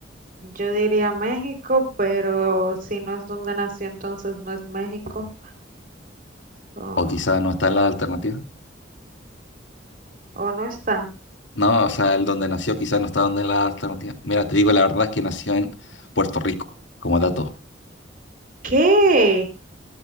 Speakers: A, on the right; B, on the left.
A: yo diría México, pero si no es donde nació, entonces no es México. Ah,
B: O quizá no está en la alternativa.
A: o no está.
B: No, o sea, el donde nació quizá no está donde en la alternativa. Mira, te digo la verdad es que nació en Puerto Rico, como dato.
A: ¿Qué?